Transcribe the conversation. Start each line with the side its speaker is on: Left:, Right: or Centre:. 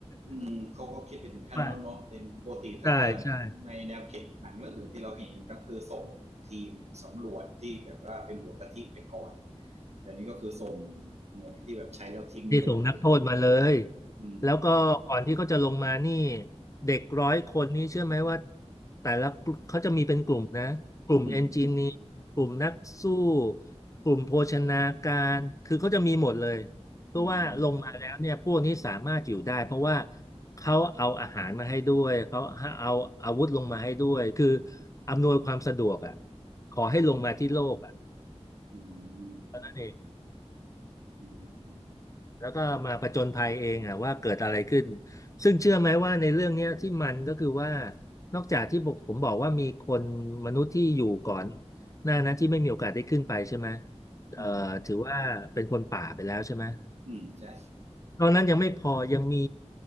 Right: อืมเขาก็คิดไปถึงขั้นนั้นเนาะแต่ปกติถ้าก็
Left: <laughs> ว่าใช่ใช่
Right: ในแนวคิดหนังเรื่องอื่นที่เราเห็นก็คือส่งทีมสำรวจที่แบบว่าเป็นหัวกะทิไปก่อนแต่นี่ก็คือส่งหน่วยที่แบบใช้แล้วทิ้งไปเลย
Left: ที่ส่งนักโทษมาเลย
Right: อืมอืม
Left: แล้วก็ก่อนที่เขาจะลงมานี่เด็กร้อยคนนี่เชื่อไหมว่าแต่ละกลุ่มเขาจะมีเป็นกลุ่มนะกลุ่มเอนจิเนียร์กลุ่มนักสู้
Right: อืม
Left: กลุ่มโภชนาการคือเขาจะมีหมดเลยเพื่อว่าลงมาแล้วเนี่ยพวกนี้สามารถอยู่ได้เพราะว่า
Right: อืมอืม
Left: เขาเอาอาหารมาให้ด้วยเขาเอาอาวุธลงมาให้ด้วยคืออำนวยความสะดวกอ่ะขอให้ลงมาที่โลกอ่ะ
Right: อืม
Left: เท่านั้นเอง
Right: อืมอืม
Left: แล้วก็มาผจญภัยเองอ่ะว่าเกิดอะไรขึ้นซึ่งเชื่อไหมว่าในเรื่องเนี้ยที่มันก็คือว่านอกจากที่บอกผมบอกว่ามีคนมนุษย์ที่อยู่ก่อนหน้านั้นที่ไม่มีโอกาสได้ขึ้นไปใช่ไหมเอ่อถือว่าเป็นคนป่าไปแล้วใช่ไหม
Right: อืมใช่
Left: ตอนนั้นยังไม่พอยังมี